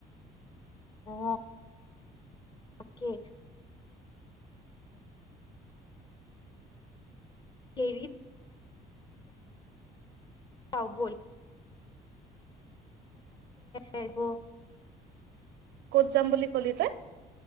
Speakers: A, on the left (about 25°); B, on the right (about 80°).
A: অ তাকে কেৰিত ব গ <unintelligible>
B: কত যাম বুলি কলি তই